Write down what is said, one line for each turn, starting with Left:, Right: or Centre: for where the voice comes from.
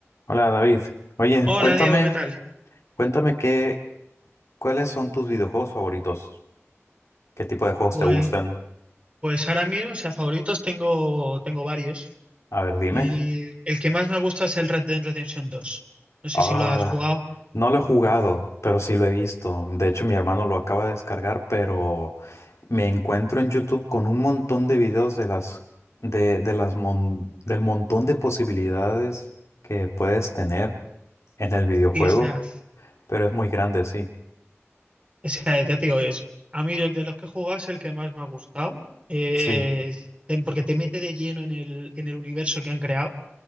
Left: Hola David. Oye,
Right: Hola
Left: cuéntame,
Right: Diego, ¿qué tal?
Left: cuéntame qué, cuáles son tus videojuegos favoritos. ¿Qué tipo de juegos
Right: Pues,
Left: te gustan?
Right: pues ahora mismo, o sea, favoritos tengo, tengo varios.
Left: A ver, dime.
Right: El, el que más me gusta es el Red Dead Redemption dos. No sé
Left: Ah,
Right: si lo has jugado.
Left: no lo he jugado, pero sí lo he visto. De hecho, mi hermano lo acaba de descargar, pero me encuentro en YouTube con un montón de videos de las, de, de las mon- del montón de posibilidades que puedes tener en el videojuego,
Right: Sí, o sea,
Left: pero es muy grande, sí.
Right: o sea, ya te digo, es, a mí de de los que he jugado es el que más me ha gustado. Eh,
Left: Sí.
Right: es- porque te mete de lleno en el, en el universo que han creado.